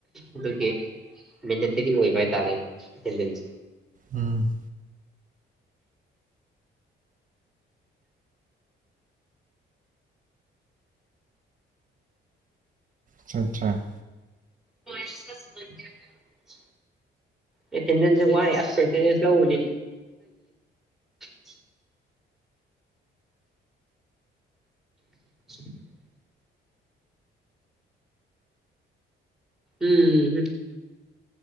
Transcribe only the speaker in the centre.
ꯑꯗꯨꯒꯤ ꯃꯦꯟꯗꯠꯇꯔꯤ ꯑꯣꯏꯕ ꯍꯥꯏꯇꯥꯔꯦꯅꯦ
<unintelligible> ꯑꯦꯇꯦꯟꯗꯦꯟꯁꯦ ꯋꯥꯏ ꯑꯁ ꯑꯦꯇꯦꯩꯗꯦꯟꯁ ꯂꯧꯕꯅꯤ <unintelligible> <unintelligible> ꯎꯝꯝ